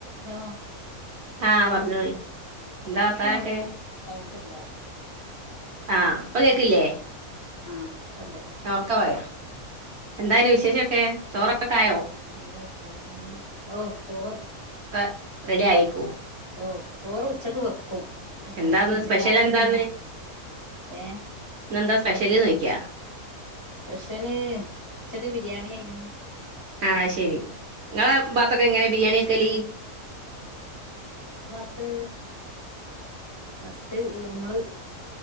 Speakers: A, on the left; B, on the right.
A: Law
B: ആഹ് പറഞ്ഞോളി എന്താ
A: ശെരിക്കാട്,
B: വർത്താനൊക്കെ
A: സൗണ്ടില്ല.
B: ആഹ്, അപ്പൊ. കേക്കില്ലെ?
A: ആഹ് പ്പണ്ട്.
B: ഞാ ഒക്ക പറയാ, എന്താപിന്നെ വിശേഷൊക്കെ. ചോറൊക്കെ ആയേ?
A: നല്ല വിശേഷം. ഓ ചോർ,
B: പ്പ റെഡി ആയിക്കും.
A: ഓ, ചോറ് ഉച്ചെക്ക് വെക്കും. രാത്രിയ്ക്ക്
B: എന്താന്ന്
A: പിന്നെ
B: സ്പെഷ്യൽ
A: രാത്രി
B: എന്താന്ന്
A: പിന്നെ. ഏഹ്
B: ഇന്നെന്താ, സ്പെഷ്യല് ന്നേയ്ക്കാ.
A: സ്പെഷ്യല് ഉച്ചെക്ക് ബിരിയാണി അയ്നു.
B: ആഹ് ശെരി നങ്ങളെ പാത്തൊക്കെ എങ്ങനെ ബിരിയാണി വെക്കെല്.
A: ളെ പാത്ത് ഫസ്റ്റ് മ്മള്.